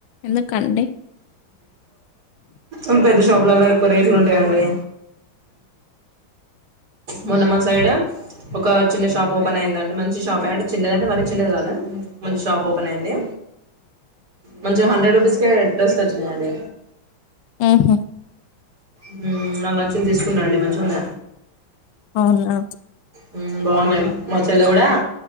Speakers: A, on the left; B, on the right.
A: ఎందుకండి
B: ఉమ్ పెద్ద షాపులలా ఎక్కువ రేట్లు ఉంటాయండి మొన్నమ సైడు ఒక చిన్న షాప్ ఓపెన్ అయిందండి మంచి షాప్ ఎ అంటే చిన్నదింటే మరి చిన్నది కాదు లే మంచి షాప్ ఓపెన్ అయింది మంచిగ హండ్రెడ్ రూపీస్ కే డ్రెస్లు వచ్చినాయండి
A: ఉహు
B: హ్మ్ నాక్ న తీసుకున్నాండి మంచి ఉండ
A: అవునా
B: హ్మ్ బాగున్నాయి మా చెల్ల కూడా